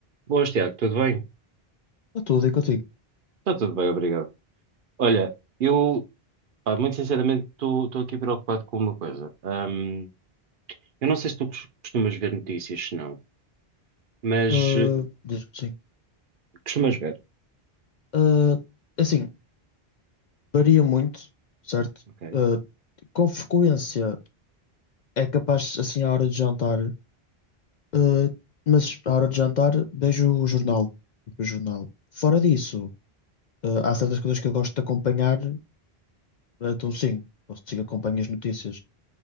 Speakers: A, on the right; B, on the left.
A: Boas, Tiago, tudo bem?
B: Está tudo aí contigo.
A: Está tudo bem, obrigado. Olha, eu, pá, muito sinceramente, estou aqui preocupado com uma coisa. Ahm, eu não sei se tu cos- costumas ver notícias, se não, mas
B: Ah,
A: eh,
B: diz sim.
A: costumas ver,
B: Ah, assim, varia muito, certo?
A: ok?
B: Ah, com frequência é capaz, assim, à hora de jantar, ah, mas à hora de jantar vejo o jornal. tipo, O jornal. Fora disso, ah, há certas coisas que eu gosto de acompanhar, então sim, posso dizer que acompanho as notícias.